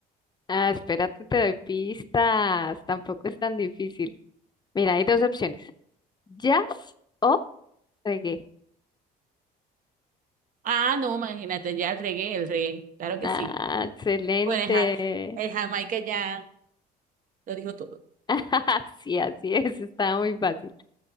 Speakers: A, on the left; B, on the right.
A: Ah, espérate, te doy pistas. Tampoco es tan difícil. Mira, hay dos opciones: jazz o reggae.
B: Ah, no, imagínate, ya el reggae, el reggae. Claro que
A: Ah,
B: sí.
A: excelente.
B: Bueno, el, Ja- el Jamaica ya lo dijo todo.
A: <laughs> Sí, así es, estaba muy fácil.